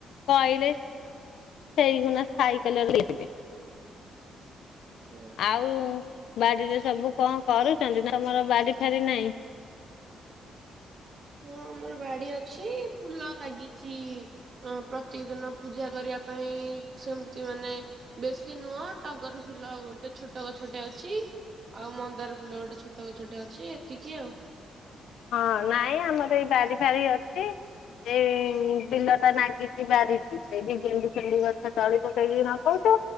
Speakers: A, on the left; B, on the right.
A: କହଲେ ସେଇଗୁଣା ସାଇକଲରେ <inaudible> ଲଖିବେ।
B: <inaudible> ଆଜ୍ଞା।
A: ଆଉ। ବାଡିରେ ସବୁ କଣ କରୁଛନ୍ତି, ତ ତମର ବାଡି ଫେରି ନାହିଁ?
B: ହଁ ଆମର ବାଡି ଅଛି ଫୁଲ ଲାଗିଛି ପ୍ରତ୍ୟେକ ଦିନ ପୂଜା କରିବା ପାଇଁ ସେମିତି ମାନେ ବେଶୀ ନୁହ ଟଗର ଫୁଲ ଗୋଟେ ଛୋଟ ଗଛଟେ ଅଛି। ଆଉ ମନ୍ଦାର ଫୁଲ ଗୋଟେ ଛୋଟ ଗଛ ଛୋଟ ଅଛି ଏତିକି ଆଉ।
A: ହଁ ନାଇଁ ଆମର ଏଇ ବାରି ଫାରି ଅଛି। ଏଇ ବିଲ ଟା ନାଗିଛି ବାରିକୁ ସେଇଠି ଗେଣ୍ଡୁ ଫେଣ୍ଡୁ ଗଛ ତଳି ପକେଇକି ନଗଉଛୁ।